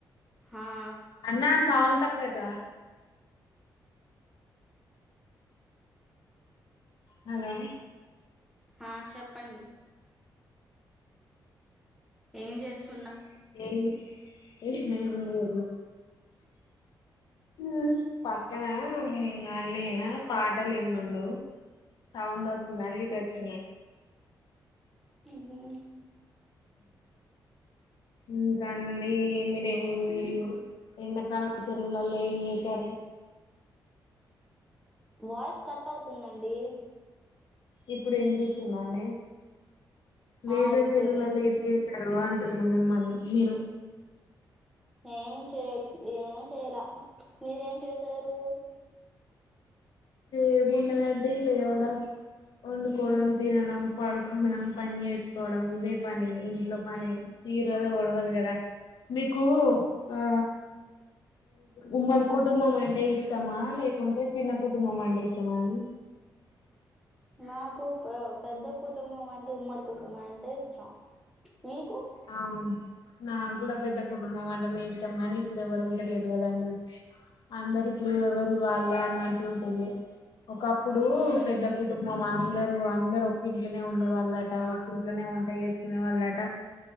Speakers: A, in the centre; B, on the left.
A: ఆ
B: అన్నా సౌండ్ తక్ కదా హలో
A: హా చెప్పండి ఏం చేసు
B: <unintelligible> ఆ పక్కన మా అన్నయ్య పాటలు ఇంటుండు సౌండ్ వస్తుంద అని ఇటు వచ్చిన
A: ఇవి
B: ఇంకాండి మీరు ఏ ఎండకాలం సెలవులల్లో ఏం జేశారు
A: వాయిస్ కట్ అవుతుందండి
B: ఇప్పుడు ఇనిపిస్తుందాండి వేసవిసెలవులల్లో
A: ఆ ఇప్పుడు వినిపిస్తుంది
B: ఏమ్ జేసారు అంటే న్న మిమ్మల్ని మీరు
A: ఏం చేయట్ ఏం చేయాల మీరేం చేసారు
B: ఏముండదండీ లేవడం వండుకోవడం తినడం పడుకోవడం పని జేసుకోవడం ఇదే పని ఇంట్లో పని తీరద ఉడవదు కదా మీకు ఆ ఉమ్మడి కుటుంబం అంటే ఇష్టమా లే కొంటె చి కుటుంబమంటే ఇష్టమాండి
A: నాకు పె పెద్ద కుటుంబం అంటే త్ ఉమ్మడి కుటుంబమంటే ఇష్టం మీకు
B: అవును నా గూడా పెద్ద కుటుంబం అంటనేే ఇష్టం గాని ఇప్పుడు ఎవరు ఉంటలేరు కదండి అందరు ఇప్పుడు ఎవరు వాళ్ళ అంటూ ఉంటేళ్ళు ఒకప్పుడు
A: మ్మ్
B: పెద్ద కుటుంబం అందరుూ అందరు ఒ ఇంట్లోనే ఉండే వాళ్ళట ఇంట్లనే ఉంటే యేసుకునే వాళ్ళుట